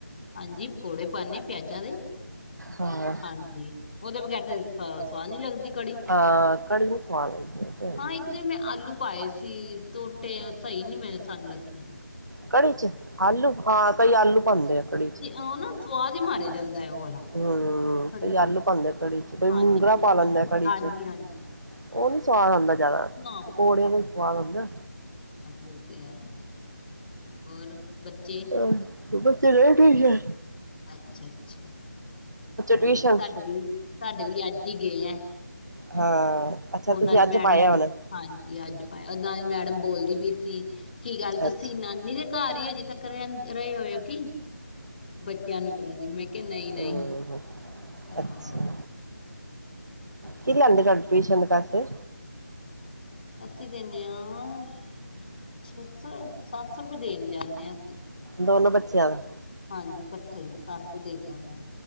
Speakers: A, on the left; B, on the right.
A: ਹਾਂਜੀ, ਪਕੌੜੇ ਪਾਦੇ ਪਿਆਜਾਂ ਦੇ
B: ਹਾਂ
A: ਹਾਂਜੀ ਉਹਦੇ ਬਗੈਰ ਹਹ ਸਵਾਦ ਨੀ ਲੱਗਦੀ ਕੜੀ
B: ਹਾਂ ਕੜੀ ਨੀ ਸਵਾਦ ਲੱਗਦੀ ਉਹ ਤੇ ਹੈ ਹੀ
A: ਹਾਂ ਇੱਕ ਦਿਨ ਮੈਂ ਆਲੂ ਪਾਏ ਸੀ ਤੋਟੇ ਸਹੀ ਨੀ ਮੈ ਸਾਨੂੰ ਲੱਗੀ।
B: ਕੜੀ ਚ ਆਲੂ ਹਾਂ ਤਾਂਈ ਆਲੂ ਪਾਉਂਦੇ ਆ ਕੜੀ ਚ
A: ਆਹ ਨਾ ਸੁਵਾਦ ਹੀ ਮਾਰਿਆ ਜਾਂਦਾ ਉਹ ਵਾਲਾ
B: ਹੁ
A: ਕੜੀ
B: ਕੋਈ
A: ਦਾ
B: ਆਲੂ ਪਾਉਂਦੇ ਕੜੀ ਚ ਕੋਈ
A: ਹਾਂਜੀ
B: ਮੂੰਗਰਾ
A: ਕੋਈ
B: ਪਾ ਲੈਂਦਾ
A: ਪਾਂਦੇ
B: ਕੜੀ
A: ਹਾਂਜੀ
B: ਚ
A: ਹਾਂਜੀ
B: ਉਹ ਨੀ ਸਵਾਦ ਆਉਂਦਾ ਜਿਆਦਾ
A: ਨਾ
B: ਪਕੌੜੇ ਦਾ ਸਵਾਦ ਆਉਂਦਾ।
A: ਔ ਤੇ ਹੈ। ਔਰ ਬੱਚੇ
B: ਆਹ ਬੱਚੇ ਲੇਟ ਹੋਈ ਆ।
A: ਅੱਛਾ, ਅੱਛਾ ਠੀਕ
B: ਟਿਊਸ਼ਨ
A: ਸਾਡੇ ਵੀ ਸਾਡੇ ਵੀ ਅੱਜ ਹੀ ਗਏ ਹੈ।
B: ਹਾਂ ਅੱਛਾ
A: ਉਹਨਾਂ
B: ਤੁਸੀਂ
A: ਦੀ
B: ਅੱਜ
A: ਮੈਡਮ
B: ਪਾਇਆ ਹੁਣ
A: ਹਾਂਜੀ ਅੱਜ ਪ ਉਹਨਾਂ ਦੀ ਮੈਡਮ ਬੋਲਦੀ ਵੀ ਸੀ। ਕੀ ਗੱਲ ਤੁਸੀਂ
B: ਅੱਛਾ
A: ਨਾਨੀ ਦੇ ਘਰ ਹੀ ਹਜੇ ਤੱਕ ਰਹੇ ਹੋਏ ਹੋ ਕਿ ਬੱਚਿਆਂ ਨੂੰ ਕਹਿਦੀ ਮੈਂ ਕਿਹਾ ਨਹੀਂ ਨਹੀਂ
B: ਹਾਂ
A: ਹਾਂ
B: ਅੱਛਾ। ਕੀ ਲੈਂਦੇ ਤੁਹਾਡੇ ਟਿਊਸ਼ਨ ਦੇ ਪੈਸੇ
A: ਅਸੀਂ ਦਿੰਦੇ ਹਾਂ ਛੇ ਸੌ ਸੱਤ ਸੌ ਰੁਪਏ ਦੇਣ ਜਾਂਦੇ ਹਾਂ ਅਸੀਂ
B: ਦੋਨੋ ਬੱਚਿਆਂ ਦਾ
A: ਹਾਂਜੀ ਇਕੱਠਾ ਹੀ ਸਤਸੋ ਦੇ ਕੇ ਆਉਂਦੇ ਹਾਂ।